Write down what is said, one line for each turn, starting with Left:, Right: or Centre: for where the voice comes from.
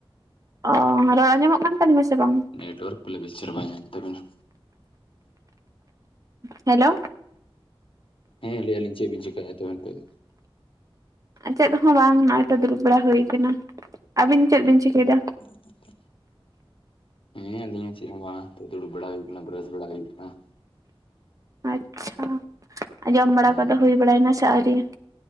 Right: ᱚ ᱨᱚᱲ ᱟᱸᱡᱚᱢᱚᱜ ᱠᱟᱱ ᱛᱟᱹᱞᱤᱧᱟ ᱥᱮ ᱵᱟᱝ ᱾
Left: ᱱᱮᱴᱣᱟᱨᱠ ᱠᱚ ᱵᱮᱥ ᱪᱮᱦᱨᱟ ᱵᱟᱭ ᱧᱟᱢᱮᱫ ᱛᱟᱵᱮᱱᱟ ᱾
Right: ᱦᱮᱞᱳ
Left: ᱦᱮᱸ ᱞᱟᱹᱭᱭᱟᱞᱤᱧ ᱪᱮᱜ ᱵᱤᱱ ᱪᱮᱠᱟᱭ ᱮᱭᱟ <unintelligible>
Right: ᱪᱮᱫ ᱦᱚᱸ ᱵᱟᱝ ᱱᱚᱜᱼᱚᱭ ᱛᱚ ᱫᱩᱲᱩᱵ ᱵᱟᱲᱟ ᱦᱩᱭ ᱟᱠᱟᱱᱟ ᱟᱹᱵᱤᱱ ᱪᱮᱜ ᱵᱤᱱ ᱪᱤᱠᱟᱹᱭ ᱮᱫᱟ ᱾
Left: <inaudible> ᱦᱮᱸ ᱟᱹᱞᱤᱧ ᱦᱚᱸ ᱪᱮᱜ ᱦᱚᱸ ᱵᱟᱝ ᱱᱤᱛᱚᱜ ᱫᱩᱲᱩᱵ ᱵᱟᱲᱟ ᱦᱩᱭ ᱠᱟᱱᱟ ᱵᱨᱟᱥ ᱵᱟᱲᱟ ᱦᱩᱭᱩᱜ ᱠᱟᱱᱟ ᱾
Right: ᱟᱪᱪᱷᱟ ᱡᱚᱢ ᱵᱟᱲᱟ
Left: ᱦᱮᱸ
Right: ᱠᱚᱫᱚ ᱦᱩᱭ ᱵᱟᱲᱟᱭ ᱮᱱᱟ ᱥᱮ ᱟᱣᱨᱤ ᱾